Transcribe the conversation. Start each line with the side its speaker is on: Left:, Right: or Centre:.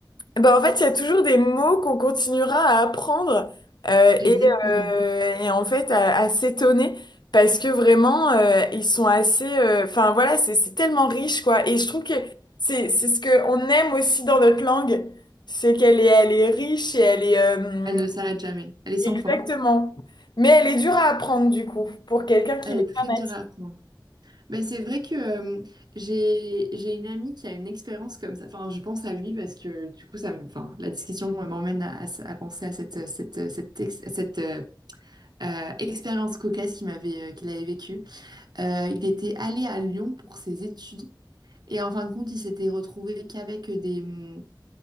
Left: bah, en fait, il y a toujours des mots qu'on continuera à apprendre euh,
Right: Exactement.
Left: et, euh, et en fait à, à s'étonner parce que vraiment euh, ils sont assez. euh, Enfin voilà, c'est c'est tellement riche quoi. Et je trouve que c'est c'est ce que on aime aussi dans notre langue, c'est qu'elle est elle est riche et elle est euh,
Right: Elle ne s'arrête jamais. Elle est
Left: exactement.
Right: sans fin.
Left: Mais elle est dure à apprendre du coup pour quelqu'un qui
Right: Elle
Left: n'est
Right: est très
Left: pas natif.
Right: dure à apprendre. Ben, c'est vrai que euh, j'ai j'ai une amie qui a une expérience comme ça. Enfin, je pense à lui parce que du coup, ça me, enfin, la discussion m'emmène à, à- à penser à cette, cette, cette, ex- cette, euh, euh, expérience cocasse qu'il m'avait, euh, qu'il avait vécue. Euh, il était allé à Lyon pour ses études. Et en fin de compte, il s'était retrouvé qu'avec des, hum,